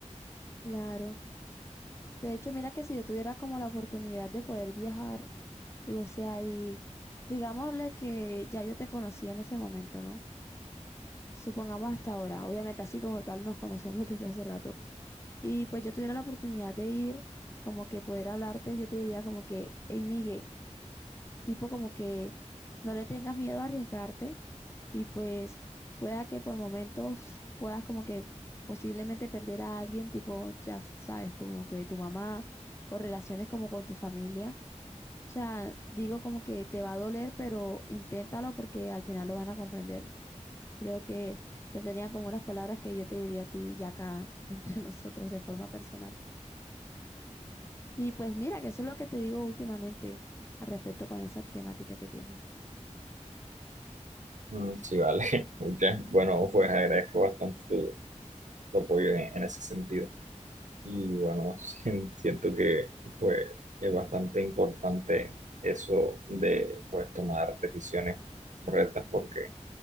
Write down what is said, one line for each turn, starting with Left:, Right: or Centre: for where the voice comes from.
Left: claro. De hecho, mira que si yo tuviera como la oportunidad de poder viajar, y, o sea, y digámosle que ya yo te conocía en ese momento, ¿no? Supongamos hasta ahora, obviamente así como tal nos conocemos <laughs> desde hace rato. Y pues yo tuviera la oportunidad de ir, como que poder hablarte, yo te diría como que, hey, Migue, tipo como que no le tengas miedo a arriesgarte y pues pueda que por momentos puedas como que posiblemente perder a alguien, tipo, ya sabes, tu- como que tu mamá o relaciones como con tu familia. O sea, digo como que te va a doler, pero inténtalo porque al final lo van a comprender. Creo que esas serían como unas palabras que yo te diría a ti ya acá <laughs> entre nosotros de forma personal. Y pues mira, que eso es lo que te digo últimamente al respecto con esa temática que tienes.
Right: Mm, Sí, vale. <laughs> Muchas, bueno, pues agradezco bastante tu, tu apoyo en, en ese sentido. Y bueno, <laughs> sí, siento que pues es bastante importante eso de pues tomar decisiones correctas porque